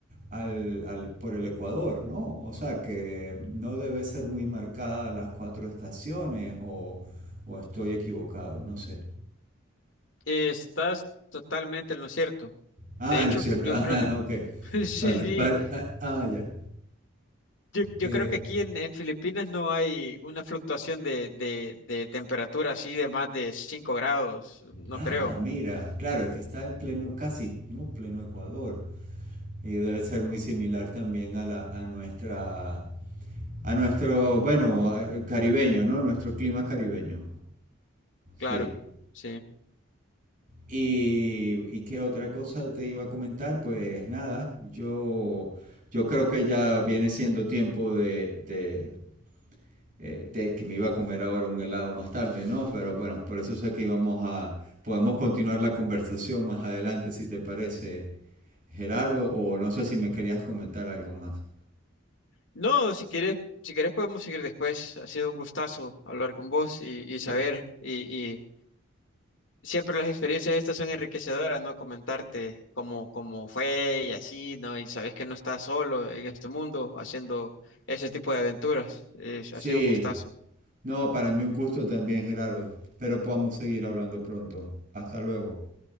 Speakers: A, on the right; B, on the left.
A: al, al- por el Ecuador, ¿no? O sea, que no debe ser muy marcada las cuatro estaciones o, o estoy equivocado, no sé.
B: Estás totalmente en lo cierto.
A: Ah,
B: De hecho,
A: lo cierto.
B: yo
A: <laughs>
B: creo
A: Ah,
B: que
A: ok.
B: <laughs> sí, sí.
A: Vale, vale. Ah, ah, ya.
B: Yo, yo
A: Eh,
B: creo que aquí en, en Filipinas no hay una fluctuación de, de, de temperatura así de más de 5 grados, no
A: ah,
B: creo.
A: mira, claro, es que está en pleno, casi, no, pleno Ecuador. Y debe ser muy similar también a la, a nuestra, a nuestro, bueno, a- caribeño, ¿no? Nuestro clima caribeño.
B: Claro,
A: Sí.
B: sí.
A: Y, y qué otra cosa te iba a comentar, pues nada, yo, yo creo que ya viene siendo tiempo de, de eh, de que me iba a comer ahora un helado más tarde, ¿no? Pero bueno, por eso sé que íbamos a... Podemos continuar la conversación más adelante, si te parece, Gerardo, o no sé si me querías comentar algo más.
B: No, si quieres, si quieres podemos seguir después. Ha sido un gustazo hablar con vos y, y saber.
A: Po-
B: Y, y siempre las experiencias estas son enriquecedoras, ¿no? Comentarte cómo, cómo fue y así, ¿no? Y sabes que no estás solo en este mundo haciendo ese tipo de aventuras. Es-
A: Sí,
B: ha sido un gustazo.
A: no, para mí un gusto también, Gerardo, pero podamos seguir hablando pronto. Hasta luego.